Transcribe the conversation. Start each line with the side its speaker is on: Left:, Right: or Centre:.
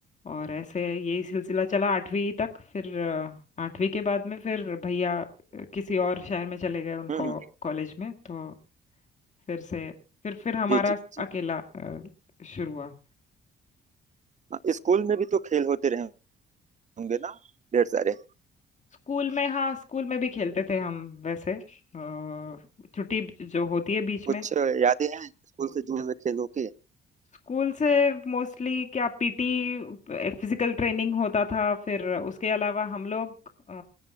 Left: और ऐसे यही सिलसिला चला आठवीं तक फिर अ, आठवीं के बाद में फिर भैया अ, किसी और शहर में चले गए उनको
Right: हम्म, हम्म,
Left: कॉलेज में तो फिर से फिर फिर हमारा
Right: जी जी जी
Left: अकेला अ, शुरू हुआ
Right: हाँ, स्कूल में भी तो खेल होते रहे होंगे ना ढेर सारे
Left: स्कूल में हाँ स्कूल में भी खेलते थे हम वैसे अ, छुट्टी जो होती है बीच
Right: कुछ
Left: में
Right: यादें हैं स्कूल से जुड़े हुए खेलों की
Left: स्कूल से मोस्टली क्या पीटी फिजिकल ट्रेनिंग होता था फिर उसके अलावा हम लोग अ,